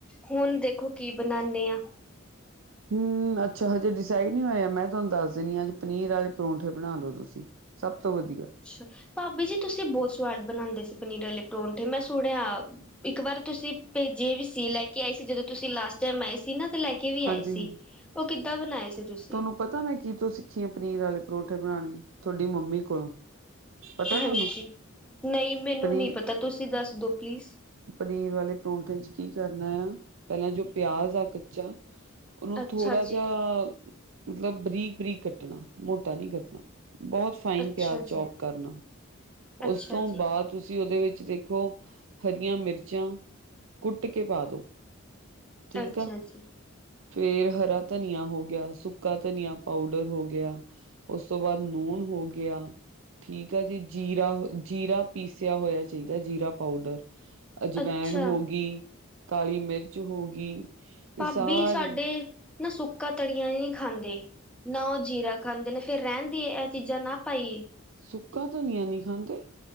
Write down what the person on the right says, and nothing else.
ਹਮ, ਅੱਛਾ ਹਜੇ ਡਿਸਾਈਡ ਨਹੀਂ ਹੋਇਆ। ਮੈਂ ਤੁਹਾਨੂੰ ਦੱਸ ਦਿੰਦੀ ਹ, ਅੱਜ ਪਨੀਰ ਆਲੇ ਪਰੌਂਠੇ ਬਣਾ ਲੋ ਤੁਸੀਂ। ਸਭ ਤੋਂ ਵਧੀਆ।
ਹਾਂਜੀ-ਹਾਂਜੀ
ਤੁਹਾਨੂੰ ਪਤਾ ਮੈਂ ਕੀ ਤੂੰ ਸਿੱਖੀ ਆ, ਪਨੀਰ ਵਾਲੇ ਪਰਂਠੇ ਬਣਾਉਣੇ, ਤੁਹਾਡੀ ਮੰਮੀ ਕੋਲੋਂ। ਪਤਾ
ਤੁਹਾਨੂੰ
ਪਨੀਰ
ਪਨੀਰ ਵਾਲੇ ਪਰੌਂਠੇ 'ਚ, ਕੀ ਕਰਨਾ ਆ। ਪਹਿਲਾਂ ਜੋ ਪਿਆਜ ਆ ਕੱਚਾ ਉਹਨੂੰ
ਥੋੜ੍ਹਾ
ਜਿਹਾ ਮਤਲਬ ਬਰੀਕ-ਬਰੀਕ ਕੱਟਣਾ, ਮੋਟਾ ਨਹੀਂ ਕੱਟਣਾ, ਬਹੁਤ ਫਾਈਨ
ਪਿਆਜ
ਚੌਪ ਕਰਨਾ।
ਉਸ ਤੋਂ
ਬਾਅਦ ਤੁਸੀਂ ਉਹਦੇ ਵਿੱਚ ਦੇਖੋ, ਹਰੀਆਂ ਮਿਰਚਾਂ ਕੁੱਟ ਕੇ ਪਾ ਦੋ ਠੀਕ
ਆ।
ਫੇਰ ਹਰਾ ਧਨੀਆ ਹੋ ਗਿਆ, ਸੁੱਕਾ ਧਨੀਆ ਪਾਊਡਰ ਹੋ ਗਿਆ। ਉਸ ਤੋਂ ਬਾਅਦ ਨੂਣ ਹੋ ਗਿਆ, ਠੀਕ ਆ ਜੀ। ਜੀਰਾ, ਜੀਰਾ ਪੀਸਿਆ ਹੋਇਆ ਚਾਹੀਦਾ, ਜੀਰਾ ਪਾਊਡਰ ਅਜਵਾੈਣ
ਹੋ ਗਈ, ਕਾਲੀ ਮਿਰਚ ਹੋ ਗਈ।
ਇਹ ਸਾਰੀ
ਸੁੱਕਾ ਧਨੀਆ ਨਹੀਂ ਖਾਂਦੇ?